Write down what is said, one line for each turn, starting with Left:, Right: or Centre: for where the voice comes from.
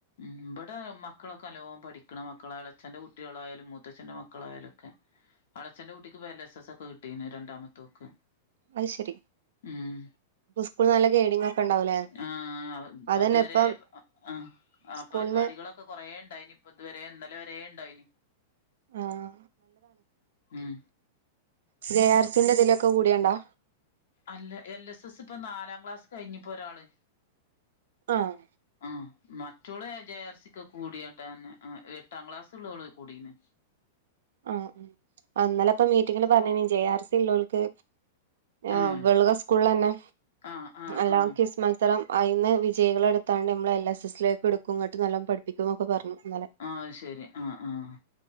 Left: ഇവടെ മക്കളൊക്കെ നല്ലോം പഠിക്ക്ണ മക്കളാ ഇളച്ഛന്റെ കുട്ടീളായാലും മൂത്തച്ഛൻ്റെ മക്കളായാലൊക്കെ അളച്ചന്റെ കുട്ടിക്ക്പ എലസസ്സൊക്കെ കിട്ടീക്ണ് രണ്ടാമത്തോക്ക്
Right: അത് ശരി
Left: ഉം
Right: ഇപ്പ സ്കൂളിൽ നല്ല ഗൈഡിംഗ് ഒക്കെ ഉണ്ടാവൂലേ
Left: ആഹ് ഇപ്പൊ
Right: അതന്നെ
Left: ഇതുവരേ
Right: ഇപ്പം
Left: ആഹ് ആഹ്
Right: സ്കൂളിന്ന്
Left: പരിപാടികളൊക്കെ കൊറേ ഇണ്ടായ്ന് ഇപ്പ ഇത് വരെ ഇന്നലെ വരേ ഇണ്ടായ്ന്
Right: ആഹ്
Left: ഉം
Right: ജെയാർസിന്റെ ഇത് ലൊക്കെ കൂടിയണ്ടോ
Left: അല്ല എൽ സ സ്സ് ഇപ്പൊ നാലാം ക്ലാസ് കഴിഞ്ഞുപ്പൊരാള്
Right: ആഹ്
Left: ആഹ് മറ്റോള് ജയാർസിക്ക് കൂടിയട്ടാ അന്ന് ആഹ് എട്ടാം ക്ലാസൊള്ളു ഓള് കൂടീന്ന്
Right: ആഹ് ഇന്നെല ഇപ്പൊ മീറ്റിങ്ങ്ല് പറഞ്ഞീന്നു ജെ ആർ സി ഇള്ളോൽക്ക് ആഹ്
Left: ഏഹ്
Right: വ്ള സ്കൂളിലന്നെ
Left: ആഹ് ആഹ്
Right: അല്ലാം
Left: ആഹ്
Right: കിസ് മത്സരം അയിന്ന് വിജയികള എടുത്താണ്ട് നമ്മൾ എൽ എസ് എസിലേക്ക് എടുക്കുംഇങ്ങട്ട് നല്ലോപഠിപ്പിക്കും എന്നൊക്കെ പറഞ്ഞു ഇന്നലെ
Left: ആ ശെരി ആഹ ആഹ